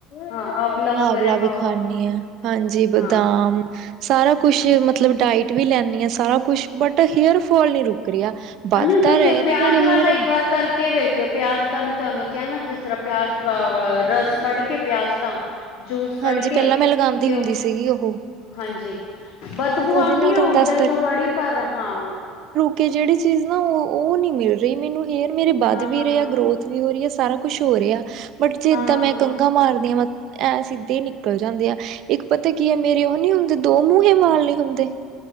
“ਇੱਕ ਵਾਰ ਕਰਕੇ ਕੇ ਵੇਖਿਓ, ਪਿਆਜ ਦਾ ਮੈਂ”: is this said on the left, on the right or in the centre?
Left